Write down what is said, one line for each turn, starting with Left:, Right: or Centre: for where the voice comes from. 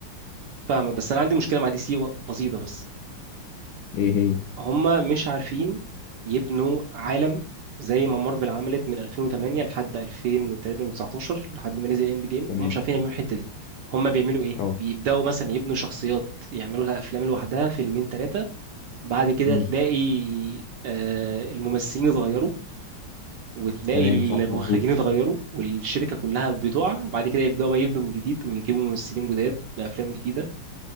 Right: فاهمك بس انا عندي مشكله مع دي سي و- بسيطه بس
Left: ايه هي
Right: هما مش عارفين يبنوا عالم زي ما مارفل عملت من 2008 لحد 2000 وتقريبا 19 لحد ما نزل اند جيم
Left: تمام
Right: هم مش عارفين يعملوا الحته دي هما بيعملوا ايه
Left: اه
Right: بيبداوا مثلا يبنوا شخصيات يعملوا لها افلام لوحدها فيلمين ثلاثه بعد كده
Left: مم.
Right: تلاقي آه، الممثلين اتغيروا وتلاقي
Left: تمام
Right: المخرجين
Left: صح مظبوط
Right: اتغيروا والشركة كلها بتقع بعد كده يبدأوا بقى يبنوا من جديد ويجيبوا ممثلين جداد بأفلام جديدة